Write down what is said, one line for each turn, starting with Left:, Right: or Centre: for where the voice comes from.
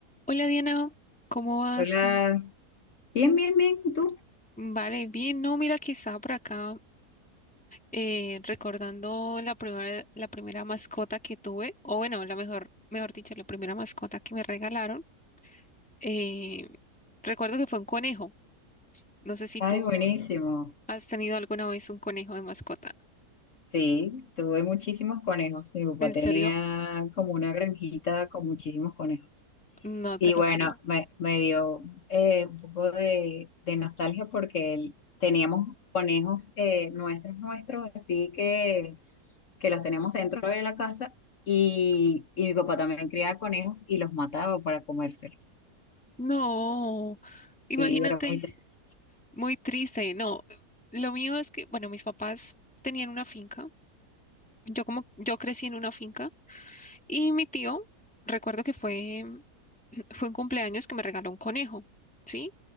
Centre: Hola Diana, ¿cómo vas?
Left: Hola,
Centre: ¿Cómo-
Left: bien, bien, bien, ¿y tú?
Centre: Vale, bien. No, mira que estaba por acá eh, recordando la primera, la primera mascota que tuve, o bueno, la mejor, mejor dicho, la primera mascota que me regalaron. Eh, recuerdo que fue un conejo. No sé si
Left: Ay,
Centre: tú
Left: buenísimo.
Centre: has tenido alguna vez un conejo de mascota.
Left: Sí, tuve muchísimos conejos. Mi papá
Centre: ¿En
Left: tenía
Centre: serio?
Left: como una granjita con muchísimos conejos.
Centre: No
Left: Y
Centre: te lo
Left: bueno,
Centre: creo.
Left: me, me dio eh, un poco de, de nostalgia porque él- teníamos conejos eh, nuestros, nuestros, así que, que los teníamos dentro de la casa y, y mi papá también criaba conejos y los mataba para comérselos.
Centre: No, imagínate,
Left: Sí, era muy triste.
Centre: muy triste. No, lo mío es que, bueno, mis papás tenían una finca. Yo como yo crecí en una finca. Y mi tío, recuerdo que fue, fue un cumpleaños que me regaló un conejo, ¿sí?